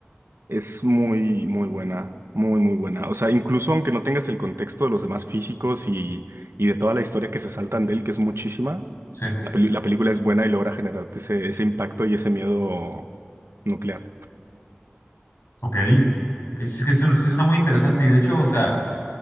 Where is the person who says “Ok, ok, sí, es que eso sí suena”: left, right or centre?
Left